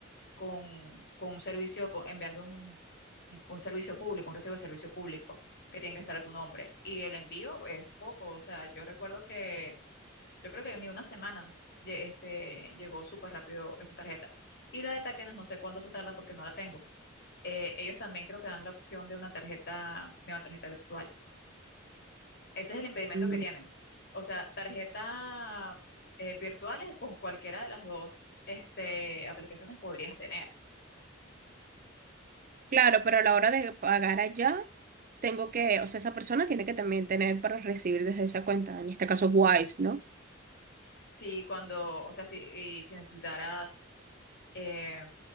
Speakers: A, on the left (about 55°); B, on the right (about 45°).
A: con, con un servicio, con- enviando un, un- un servicio público, un recibo de servicio público que tiene que estar a tu nombre. Y el envío es poco, o sea, yo recuerdo que, yo creo que ni una semana. lle- Este, llegó súper rápido esa tarjeta. Y la de Takenos no sé cuánto se tarda porque no la tengo. Eh, ellos también creo que dan la opción de una tarjeta, de una tarjeta virtual. Ese es el impedimento
B: Mm,
A: que tienes. O sea, tarjeta eh, virtuales con cualquiera de las dos este, aplicaciones podrías tener.
B: Claro, pero a la hora de pagar allá, tengo que, o sea, esa persona tiene que también tener para recibir desde esa cuenta, en este caso Wise, ¿no?
A: Si cuando, o sea, si, y si necesitaras, eh,